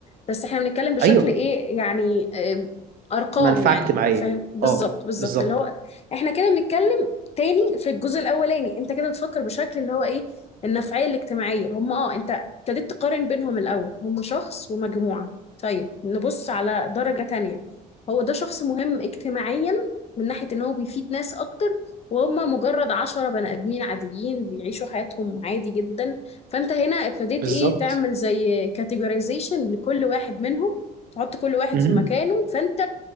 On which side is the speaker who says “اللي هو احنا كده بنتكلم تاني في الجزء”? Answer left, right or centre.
Left